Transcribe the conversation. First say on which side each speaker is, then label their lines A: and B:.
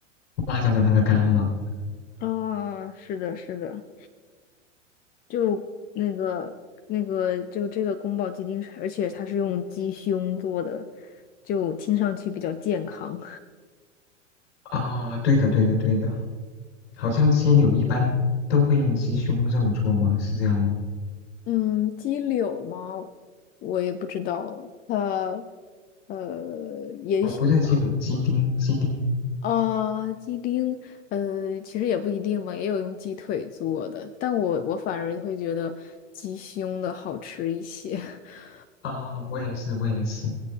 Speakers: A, on the left; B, on the left.
A: 辣椒的那个干了。
B: 啊，是的，是的，就那个那个，就这个宫保鸡丁是而且它是用鸡胸做的，就听上去比较健康。
A: 啊、对的，对的，对的，好像鸡柳一般都会用鸡胸肉做吗？是这样吗？
B: 嗯，鸡柳吗？我也不知道，它呃，也许。
A: 哦，不是鸡柳，鸡丁，鸡丁。
B: 啊，鸡丁，呃，其实也不一定吧，也有用鸡腿做的，但我我反而会觉得鸡胸的好吃一些。<laughs>
A: 啊，我也是，我也是，